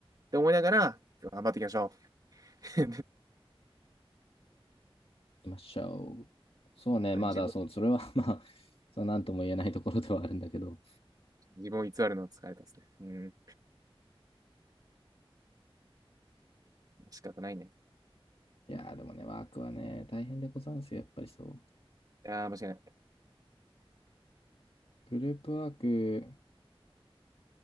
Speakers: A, on the right (about 40°); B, on the left (about 70°).
A: て思いながら、頑張っていきましょう。
B: きましょう。そうね、
A: <laughs>
B: まあだ、
A: 自分、
B: そう、それは <laughs> まあ、そう、なんとも言えないところではあるんだけど。
A: 自分を偽るのは疲れたですね。うん。仕方ないね。い
B: いやー、でもね、ワークはね、大変でござんすよ、やっぱりそう。
A: やー、間違いない。
B: グループワーク、